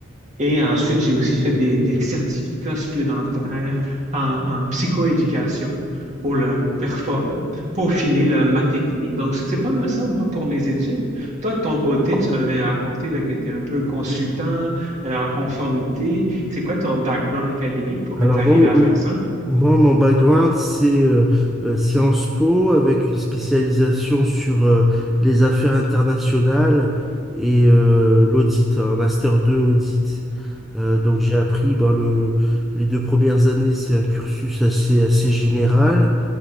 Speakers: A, on the right; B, in the centre.
A: et ensuite, j'ai aussi fait des, des certificats supplémentaires en, en psychoéducation pour le perfo- euh, peaufiner le- ma technique. Donc, c'est c'est pas mal ça, moi, pour mes études. Toi, de ton côté, tu m'avais raconté là, que tu es un peu consultant, euh, en conformité. C'est quoi ton background académique pour
B: Alors,
A: être arrivé
B: moi, mon
A: à faire ça?
B: moi, mon background, c'est euh, euh, Sciences Po avec une spécialisation sur euh, les affaires internationales et euh, l'audit, un master 2 audit. Euh, donc, j'ai appris ben, le, les deux premières années, c'est un cursus assez, assez général.